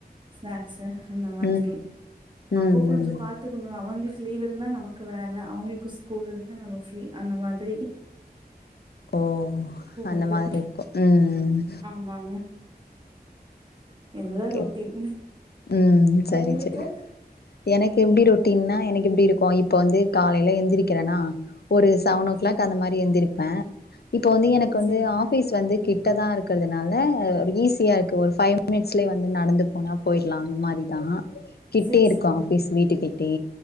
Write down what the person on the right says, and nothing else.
ஸ்நாக்ஸ் அந்த மாதிரி
அப்பொ கொஞ்சொ
பாத்துக்கணு அவங்களுக் லீவ் இருந்தா நமக்கு வேல அவங்களுக்கு ஸ்கூல் இருந்தா நம்ம ஃப்ரீ அந்த மாதிரி
போகுது
ஆமாங்க இதுதா
ரொட்டீன்
உங்களுக்கு
செரிங்க
செரிங்க
சேரி
செரிங்க